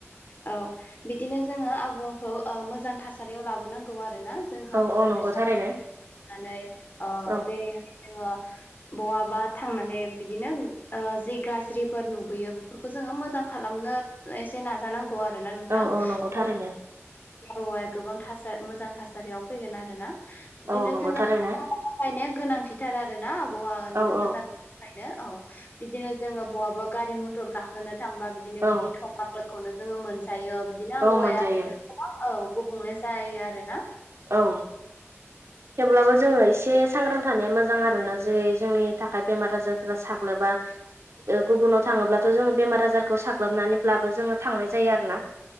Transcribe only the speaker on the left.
औ बिदिनो जोङो आबहावाखौ ओ मोजां थासारियाव लाबोनांगौ आरो ना जोंहा
मोजाङै
साब
सिखन खालामनानै ओ
जेरैहाय जोङो बहाबा थांनानै बिदिनो ओह जि गाज्रिफोर नुबोयो बेफोरखौ जोङो मोजां खालामनो एसे नाजानांगौ आरोना नोंथां
औ औवाया गोबां थासा मोजां थासारियाव फैगोन ना बिदिनो
जोंङो
गाइनाया गोनांथिथार आरोना आबहावानि
मोजां खायनो औ बिदिनो जोङो बहाबा गारि मथर गाखोनो थांबा बिदिनो
बिनि <unintelligible> खौनो जोङो मोनजायो बिदिनो आबहावाया
<unintelligible> औ गुबुंले जायो आरो ना।